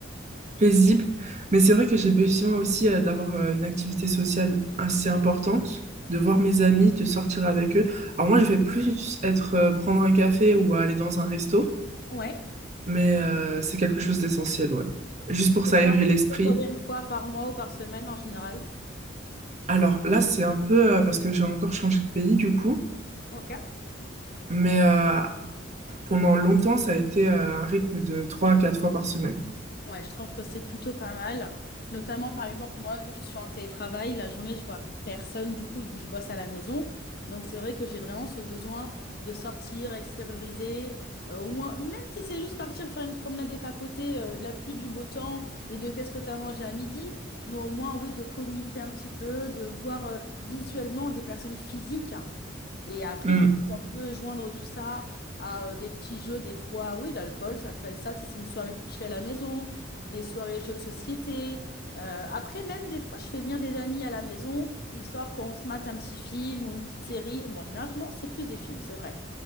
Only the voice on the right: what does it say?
paisible. Mais c'est vrai que j'ai besoin aussi euh, d'avoir euh, une activité sociale assez importante, de voir mes amis, de sortir avec eux. Alors moi, je vais plus être euh, prendre un café ou aller dans un resto,
mais euh, c'est quelque chose d'essentiel, ouais. Juste
pour s'aérer
l'esprit.
Alors là, c'est un peu euh, parce que j'ai encore changé de pays du coup,
mais euh, pendant longtemps, ça a été euh, un rythme de 3 à 4 fois par semaine.
Mm,